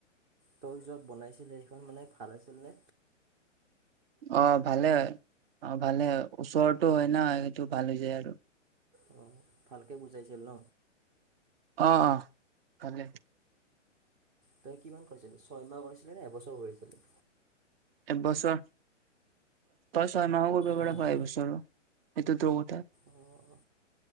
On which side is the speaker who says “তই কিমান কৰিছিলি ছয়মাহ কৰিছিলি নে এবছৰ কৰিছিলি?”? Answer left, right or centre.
Right